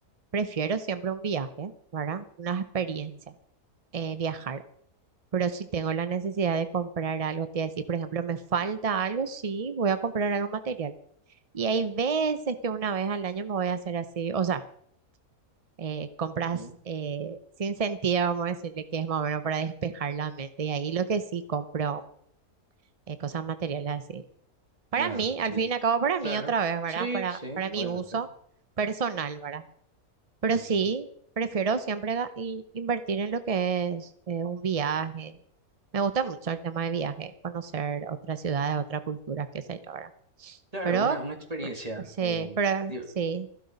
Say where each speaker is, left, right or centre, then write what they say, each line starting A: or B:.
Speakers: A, on the right (about 55°); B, on the right (about 25°).
A: Prefiero siempre un viaje, ¿verdad? Una experiencia, eh, viajar. Pero si tengo la necesidad de comprar algo, te iba a decir, por ejemplo, me falta algo, sí, voy a comprar algo material. Y hay veces que una vez al año me voy a hacer así, o sea, eh, compras
B: Ujú.
A: eh, sin sentido, vamos a decirle que es más o menos para despejar la mente. Y ahí lo que sí compro. eh, cosas materiales así. Para
B: No,
A: mí, al
B: ya.
A: fin y al cabo, para
B: Claro.
A: mí otra vez, ¿verdad?
B: Sí,
A: Para,
B: sí,
A: para mi
B: obviamente.
A: uso personal, ¿verdad? Pero
B: Ujú.
A: sí, prefiero siempre ga- i- invertir en lo que es eh, un viaje. Me gusta mucho el tema de viaje, conocer otras ciudades, otras culturas, qué sé yo, ¿verdad?
B: Claro,
A: Pero,
B: una, una experiencia.
A: eh, sí,
B: eh,
A: pero
B: di-
A: sí.